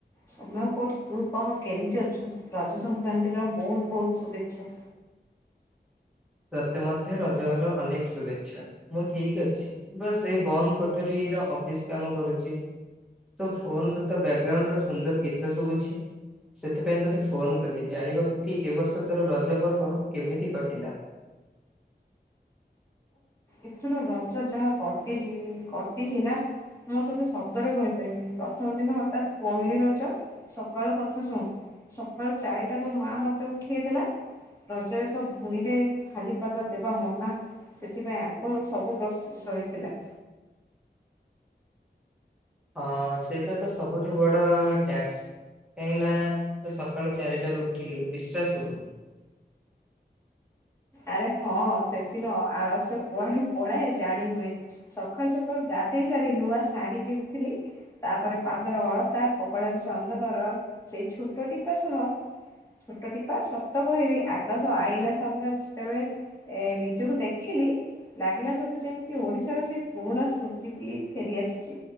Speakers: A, on the left (about 15°); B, in the centre.
A: ସମୟ କଉଠି ତୁ କହ କେମିତି ଅଛୁ ରଜ ସଂକ୍ରାନ୍ତି ର ବହୁତ୍ ବହୁତ୍ ଶୁଭେଚ୍ଛା।
B: ତତେ ମଧ୍ୟ ରଜ ର ଅନେକ ଶୁଭେଚ୍ଛା। ମୁଁ ଠିକ୍ ଅଛି ବାସ୍ ଏଇ ବନ୍ଦ୍ କୋଠରୀ ର ଅଫିସ୍ କାମ କରୁଚି। ତୋ ଫୋନ୍ ର ତ ବ୍ୟାକଗ୍ରାଉଣ୍ଡ ର ସୁନ୍ଦର ଗୀତ ଶୁବୁଚି। ସେଥିପାଇଁ ତତେ ଫୋନ୍ କଲି ଜାଣିବାକୁ କି ଏ ବର୍ଷ ତୋର ରଜ ପର୍ବ କେମିତି କଟିଲା?
A: ଏଥିରୁ ରଜ ଯାହା କଟିଚି- କଟିଚି ନା। ମୁଁ ତୋତେ ଶବ୍ଦରେ କହିପାରିବିନି ପ୍ରଥମ ଦିନ ହଠାତ୍ ପହିଲି ରଜ ସକାଳୁ କଥା ଶୁଣ୍ ସକାଳୁ ଚାରିଟାରୁ ମା ମତେ ଉଠେଇ ଦେଲା ରଜରେ ତ ଭୂଇଁ ରେ ଖାଲି ପାଦ ଦେବା ମନା ସେଥିପାଇଁ ଆ ଗୁରୁ ସବୁ ପ୍ରସ୍ତୁତି ସରିଥିଲା।
B: ହଁ ସେଇଟା ତ ସବୁଠୁ ବଡ ଟ୍ୟାକ୍ସ୍। କାହିଁକି ନା ତୁ ସକାଳୁ ଚାରିଟାରୁ ଉଠିଲୁ ବିଶ୍ଵାସ୍ ହଉନି।
A: ଆରେ ହଁ ସେଦିନ ଆଳସ୍ୟ କୁଆଡେ ପଳାଏ ଜାଣି ହୁଏନି। ସକାଳୁ-ସକାଳୁ ଗାଧେଇ ସାରି ନୂଆ ଶାଢୀ ପିନ୍ଧିଥିଲି। ତାପରେ ପାଦର ଅଳତା କପାଳରେ ଚନ୍ଦନର ସେଇ ଛୋଟ ଟିପା ସହ ଛୋଟ ଟିପା ସତ କହିବି ଆକାଶ ଆଇନା ସାମ୍ନାରେ ଯେତେବେଳେ ଏ- ନିଜକୁ ଦେଖିଲି ଲାଗିଲା ସତେ ଯେମିତି ଓଡିଶାର ସେ ପୁରୁଣା ସ୍ମୃତି କି ଫେରିଆସିଚି।